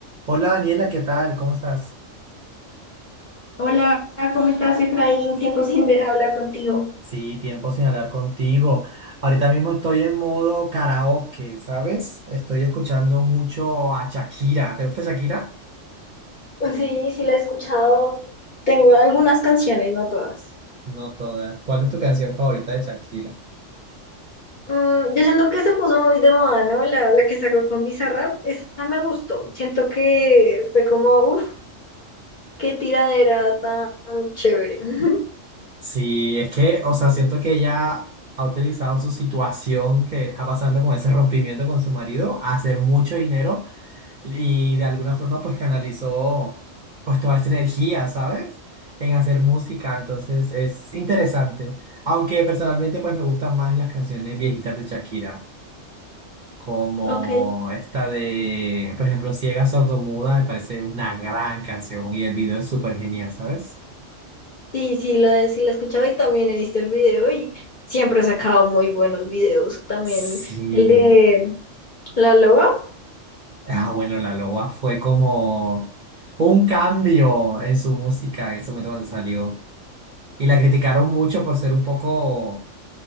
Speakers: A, on the right; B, on the left.
A: Hola Daniela, ¿qué tal? ¿Cómo estás?
B: Hola, ¿cómo estás, Efraín? Tiempo sin ver- hablar contigo.
A: Sí, tiempo sin hablar contigo. Ahorita mismo estoy en modo karaoke, ¿sabes? Estoy escuchando mucho a Shakira. ¿Te gusta Shakira?
B: Sí, sí la he escuchado. Tengo algunas canciones, no todas.
A: No todas. ¿Cuál es tu canción favorita de Shakira?
B: Mm, yo siento que se puso muy de moda, ¿no? La, la que sacó con Bizarrap, esa me gustó. Siento que fue como, uff, qué tiradera tan chévere. <laughs>
A: Sí, es que, o sea, siento que ella ha utilizado su situación que está pasando con ese rompimiento con su marido a hacer mucho dinero y de alguna forma pues canalizó pues toda esa energía, ¿sabes? En hacer música, entonces es interesante. Aunque personalmente pues me gustan más las canciones viejitas de Shakira, como
B: Ok.
A: esta de, por ejemplo, Ciega Sordomuda, me parece una gran canción y el video es súper genial, ¿sabes?
B: Sí, sí la, sí la he escuchado y también he visto el video y siempre ha sacado muy buenos videos. También
A: Sí.
B: el de La Loba,
A: Ah, bueno, La Loba fue como un cambio en su música en su momento cuando salió. Y la criticaron mucho por ser un poco